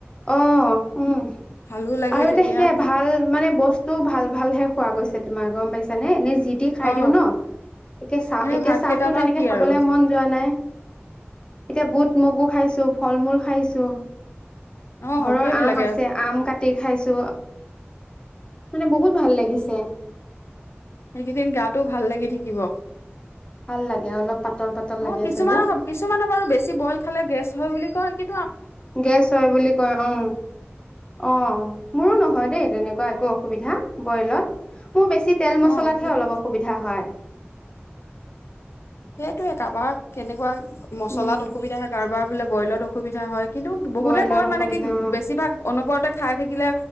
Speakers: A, on the left (about 20°); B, on the left (about 75°).
A: অ', উম,
B: ভালো লাগে
A: আৰু এতিয়া
B: তেতিয়া
A: সেয়া ভাল মানে বস্তুও ভাল ভালহে খোৱা গৈছে তোমাৰ গম পাইছ নে এনে যিতি খাই
B: অ
A: দিও ন' এতিয়া চাহ
B: এনে
A: এতিয়া
B: ভাত
A: চাহটো
B: কেইটাত
A: তেনেকে
B: আৰু কি
A: খাবলে
B: আৰু
A: মন যোৱা নাই। এতিয়া বুট মগু খাইছো ফল-মূল খাইছো।
B: অ
A: ঘৰৰ
B: সেইবিলাকে
A: আম আছে, আম কাটি খাইছো। মানে বহুত ভাল লাগিছে
B: সেইকেইদিন গাটো ভাল লাগি থাকিব।
A: ভাল লাগে অলপ পাতল পাতল লাগি
B: অ', কিছুমানৰ
A: আছে যে
B: ক কিছুমানৰ বাৰু বেছি ব'ইল খালে গেছ হয় বুলি কয় কি
A: গেছ হয় বুলি কয় উম, অ', মোৰো নহয় দে। তেনেকুৱা একো অসুবিধা ব'ইলত মোৰ বেছি তেল-মছলাতহে
B: অ সেইটো
A: অলপ অসুবিধা হয়।
B: সেইটোয়ে কাবাৰ কেনেকুৱা মছলাত
A: উম
B: অসুবিধা হয় কাৰোবাৰ বোলে ব'ইলত অসুবিধা হয়। কিন্তু বহুতে
A: বইলত
B: কয়
A: অসুবিধা
B: মানে কি
A: অ
B: বেছিভাগ অনবৰতে খাই থাকিলে